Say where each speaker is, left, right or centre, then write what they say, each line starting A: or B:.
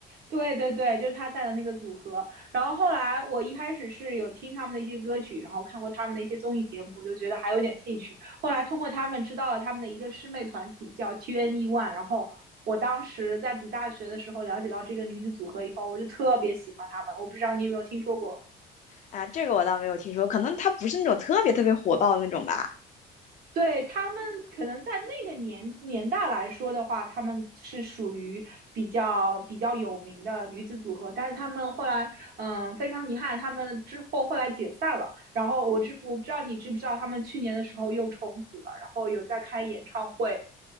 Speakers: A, on the right; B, on the left.
A: 对对对，就是他在的那个组合，然后后来我一开始是有听他们的一些歌曲，然后看过他们的一些综艺节目，就觉得还有点兴趣，后来通过他们知道了他们的一个师妹团体叫 TNE One，然后我当时在读大学的时候了解到这个女子组合以后，我就特别喜欢她们，我不知道你有没有听说过。
B: 啊，这个我倒没有听说，可能他不是那种特别特别火爆的那种吧。
A: 对，他们可能在那个年年代来说的话，他们是属于比较比较有名的女子组合，但是他们后来，嗯，非常遗憾，他们之后后来解散了。然后我知我不知道你知不知道，他们去年的时候又重组了，然后有在开演唱会。